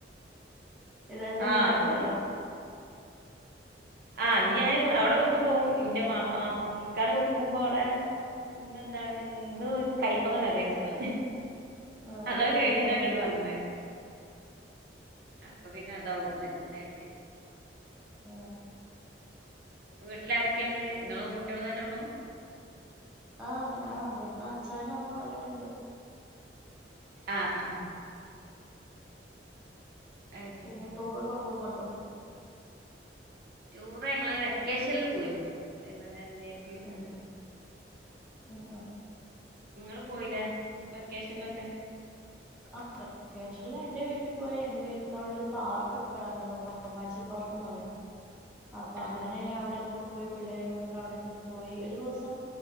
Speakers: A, in the centre; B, on the right.
A: ഇതന്നെ
B: ആഹ്
A: ഞ്ഞി രാത്രിയിലോ
B: അത് മതി ആ ഇഞ്ഞി ഞാൻ അവിടെ വീട്ടി പോവും ഇന്റെ ഇക്കാടെ വീട്ടി പോകുമ്പോ അവിടെ ഇന്നെന്താണ് ഇന്ന് കയ്പ്പങ്ങ കറി വെച്ചതാണ്
A: ആഹ്
B: അതൊക്കെ കഴിഞ്ഞിട്ട
A: ആഹ്
B: ഇങ്ങട്ട് വന്ന അപ്പൊ പിന്നെ അതാവുന്നു ന്ന് നൈറ്റ്
A: ആ
B: വീട്ടിൽ ആരൊക്കെ ഉണ്ട് നിങ്ങളും കുട്ടികളും തന്നെ ഉള്ളൂ
A: ആഹ് ഞാൻ അവിടുന്ന് അച്ഛൻ, അമ്മ അവരൊക്കെ ഉണ്ട്
B: ആഹ് ആ അത് ശെരിയാ
A: പിന്നെ ടൂറൊക്കെ പോക്ക്ണ്ടോ
B: ടൂറ് ഞങ്ങള് വെക്കേഷനിൽ പോയിരുന്നു ഇവടെ റിലേറ്റീവിന്
A: ഉം
B: വീട്ടിക്ക്
A: ഉം
B: നിങ്ങള് പോയില്ലേ വെക്കേഷനിലൊക്കെ
A: ആ <inaudible> ക്കേഷനിൽ എന്റെ വീട്ടിൽ പോയി എന്റെ വീട്ടിൽ അവിടെ ഒരു പാർക്ക് <inaudible> പാർക്ക് എന്ന് പറയും അപ്പൊ
B: ആഹ്
A: അങ്ങനെ
B: ആഹ്
A: അവിടെ പോയി പിള്ളേരി കൊണ്ട് അവിടക്കെ പോയി ഒരു ദിവസം